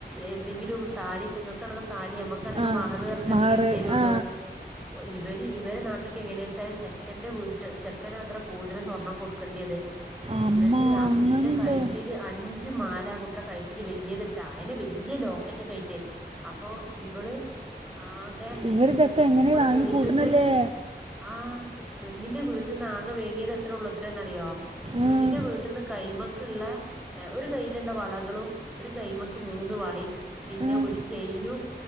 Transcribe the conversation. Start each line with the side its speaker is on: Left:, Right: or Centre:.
Centre: എന്തെങ്കിലും താലി പ്പങ്ങക്കാണെങ്കിൽ താലി നമ്മ കാണെങ്കിൽ
Right: ആ
Centre: മഹറ് പറഞ്ഞിട്ട്
Right: മഹറ്
Centre: എന്തെങ്കിലും തരൊള്ളു.
Right: ആ
Centre: ഇവര് ഇവര് നാട്ടിക്ക് എങ്ങനേച്ചാല് ചെക്കന്റെ വീട്ട് ചെ ചെക്കനാത്ര കൂടുതൽ സ്വർണം കൊടുക്കേണ്ടിയത്
Right: അമ്മ
Centre: എന്നിട്ട് ആഹ്
Right: അങ്ങനുണ്ടോ
Centre: കുട്ടിന്റെ കഴുത്തിൽ അഞ്ച് മാല കൂട്ടരെ കയിത്തില് വലിയത് ഇട്ടാ അയെ നെ വല്യ ലോക്കറ്റൊക്കിയിട്ട്. അപ്പൊ ഇവള് ആഹ്
Right: ഇവരിതൊക്കെ എങ്ങനെ
Centre: ഇവളെ
Right: വാങ്ങി
Centre: വീട്ടിന്ന്
Right: കൂട്ടണല്ലേ
Centre: ആഹ് പെണ്ണിന്റെ വീട് വീട്ടിന്ന് ആകെ വേങ്ങിയത് എത്രേ ഉള്ളൂ അത്രേന്നറിയോ
Right: ഉം,
Centre: പെണ്ണിന്റെ വീട്ടിന്ന് കൈമക്ക്ള്ള ഒരു കയ്യിലുള്ള വളകളും ഒരു കൈയ്മക്ക് മൂന്ന് വളയും പിന്നെ
Right: ഉം.
Centre: ഒരു ചെയിനും.